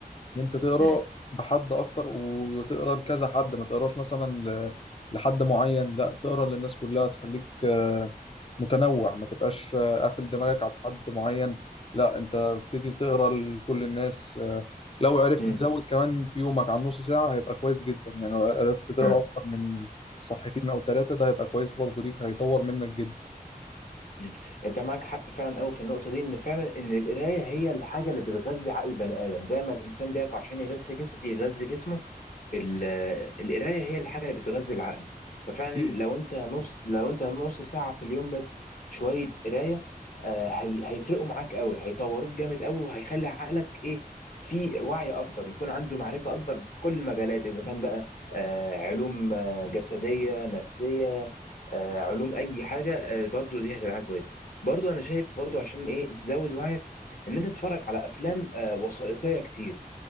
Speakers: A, on the left; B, on the left.
A: ان انت تقرا
B: امم
A: بحد اكتر وتقرا لكذا حد ما تقراش مثلا ل- لحد معين لا تقرا للناس كلها تخليك آه، متنوع ما تبقاش آه، قافل دماغك على حد معين لا انت ابتدي تقرا لكل الناس آه، لو عرفت
B: امم
A: تزود كمان في يومك عن نص ساعة هيبقى كويس جدا يعني لو عرفت تقرا
B: امم
A: اكتر من صفحتين او ثلاثة ده هيبقى كويس برضو ليك هيطور منك جدا
B: مم. انت معاك حق فعلا قوي في النقطه دي ان فعلا ان القرايه هي الحاجه اللي بتغذي عقل البني ادم زي ما الانسان بياكل عشان يغذي جسم يغذي جسمه ال- القرايه هي الحاجه اللي بتغذي العقل ففعلا
A: اكيد
B: لو انت نص لو انت نص ساعه في اليوم بس شويه قرايه آه، هي هيفرقوا معاك قوي هيطوروك جامد قوي وهيخلي عقلك ايه في وعي اكتر يكون عنده معرفه اكبر في كل المجالات اذا كان بقى آه، علوم آه، جسديه نفسيه آه، علوم اي حاجه آه، برضو دي هتبقى حاجه كويسه برضو انا شايف برضو عشان ايه تزود وعيك ان انت تتفرج على افلام آه، وثائقيه كتير